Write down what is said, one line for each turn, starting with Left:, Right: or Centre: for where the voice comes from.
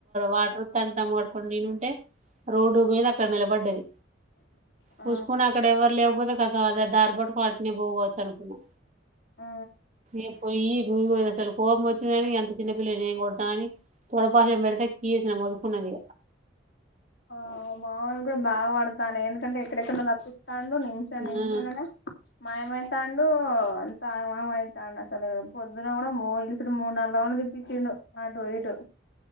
Right: వాటర్ త డమ్ ఆడుకని నేను ఉంటే రోడ్డు మీద అక్కడ నిలబడ్డది
Left: ఆ
Right: పూసుకుని అక్కడ ఎవ్వరు లేకపోతే కదా అద దారి పట్టుకో ఎన్న పోగాచ్చా అనుకున్నా
Left: ఆ
Right: ఏ పోయి ఇ అసలు కోపం వచ్చిందని అంత చిన్న పిల్లని ఏం కొడామని తొడ పెసాం పెడితే కీసిన వొదుకున్నది
Left: ఆ మామని కూడా బాగా పడతాను ఎందుకంటే ఎక్కడెక్కన్నా నాక్కు <unintelligible> నిమిషం నిమిషమున
Right: ఆ
Left: మాయమైతాండుంత మామైతాండు అసలు పొద్దున కూడా ఇలిసు మూడు నాలుగుళ్ళు తిప్పిచుండు అటు ఎటు